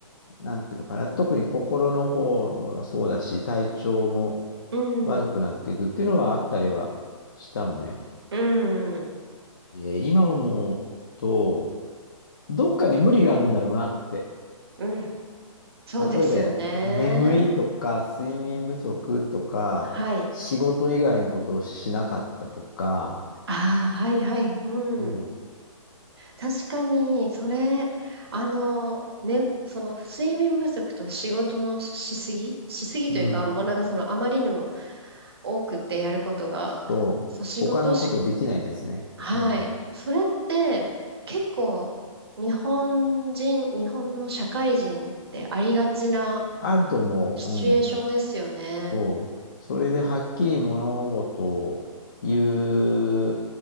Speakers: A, on the left; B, on the right.
A: う、なんていうのかな、特に心の方もそうだし、体調も
B: うん、
A: 悪くなっていくっていうのはあったりはしたのね。
B: うん、
A: えー今思うと、どっかに無理があるんだろうなって
B: うん。そうですよね。
A: 例えば眠いとか、睡眠不足とか、
B: はい。
A: 仕事以外のことをしなかったとか、
B: ああ、はい、はい。うん。
A: おう
B: 確かに、それ、あの、ね、その、睡眠不足と仕事のしすぎしすぎというか、
A: うん。
B: もうなんかその、あまりにも多くってやることが、
A: そう。
B: そう、仕事し、
A: 他のことできないですね。
B: はい。
A: うん。
B: それって、結構、日本人、日本の社会人ってありがちな、
A: あると思う。
B: シチュエーションですよね。
A: うん。そう。それではっきり物事を言う、